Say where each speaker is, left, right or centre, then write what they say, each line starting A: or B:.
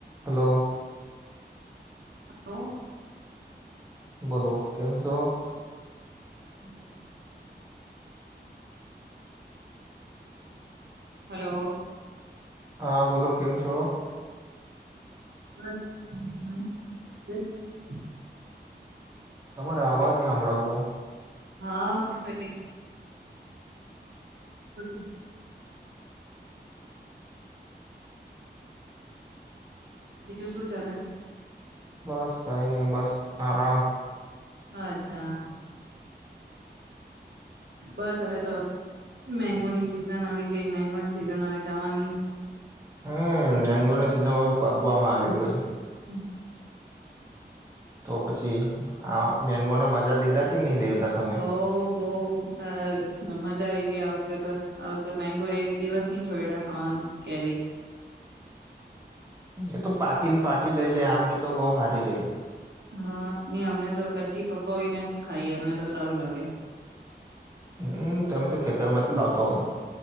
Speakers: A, on the right; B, on the right.
A: Hello.
B: Hello.
A: બોલો કેમ છો?
B: હમ <inaudible> હલો
A: હા, બોલો, કેમ છો
B: <unintelligible>
A: તમારો અવાજ ની હભડાવતો
B: હા <inaudible> હ <unintelligible> બીજું શું ચાલે
A: બસ કઈ નહી, બસ આરામ
B: અચ્છા બસ હવે તો મેગોની સિઝન આવી ગઈ, મેગોની સિઝન હ જવાની
A: હમ મેંગોની સીઝન હવે પતવામાં આવી ગઈ
B: <unintelligible>
A: તો પછી આ મેંગો ના મજા લીધા કે નહી લીધા તમે
B: હો, બહુ સારા અમધ મજા આવી ગઈ વખતે, તો આ વખતે મેગો એક દિવસ ની છોયડા ખાવાનું કેરી
A: એ તો પાટી ને પાટી લઈ લે આમને તો બવ હારી રેય
B: હા, ની અમને તો કચ્ચી પકોવીને ખાઈ અમને તો સારું લાગે
A: હમ, તમે તો ખેતરમાંથી લાવતો હોય